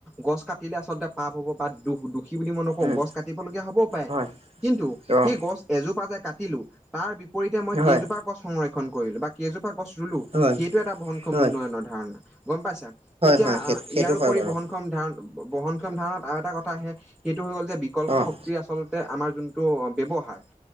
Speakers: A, in the centre; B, on the right (about 40°).
A: গছ কাটিলে আচলতে পাপ হ'ব বা দুখ দুখ - দুখি বুলি মই নকওঁ,
B: উম,
A: গছ কাটিবলীয়া হ'বও পাৰে,
B: হয়,
A: কিন্তু
B: অ',
A: সেই গছ এজোপা যে কাটিলো - তাৰ বিপৰীতে মই কেইজোপা
B: হয়,
A: গছ সংৰক্ষণ কৰিলো বা- কেইজোপা গছ ৰুলো
B: হয়,
A: সেইটো
B: হয়,
A: এটা বনক্ষম
B: হয়,
A: উন্নয়নৰ ধাৰণা, গম পাইছা? এতিয়া
B: হয়,
A: ইয়াৰোপৰি
B: সেই সেইটো হয় বাৰু,
A: বহনক্ষম ধাৰণ বহনক্ষম ধাৰণত আৰু এটা কথা আহে - সেইটো হৈ গ'ল যে বিকল্প
B: অ',
A: শক্তিৰ আচলতে আমাৰ যোনটো ব্যৱহাৰ।